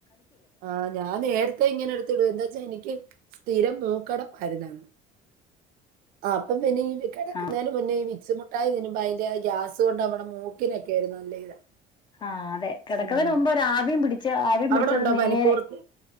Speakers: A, on the right; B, on the left.
A: ആ ഞാൻ നേരത്തെ ഇങ്ങനെ എടുത്തിടു എന്താ വച്ചാ എനിക്ക് സ്ഥിരം മൂക്കടപ്പായിര്ന്നെ, ആപ്പം പിന്നെ ഈ കെടെക്കുന്നേന്
B: ആഹ്
A: മുന്നേ ഈ വി സ് മുട്ടായി തിന്നുമ്പ അയിന്റെ ആ ഗ്യാസ് കൊണ്ട് നമ്മടെ മൂക്കിനൊക്കെര് നല്ല ഇതാ
B: ആ അതെ കിടക്ക്‌ന്നതിന്
A: ഉം.
B: മുമ്പ് ഒര് ആവിയും പിടി ച്ച ആവിം
A: അവിടെ
B: പിടിച്ചത്
A: ഉണ്ടോ
B: നേരെ
A: പനിക്കൂർക്ക?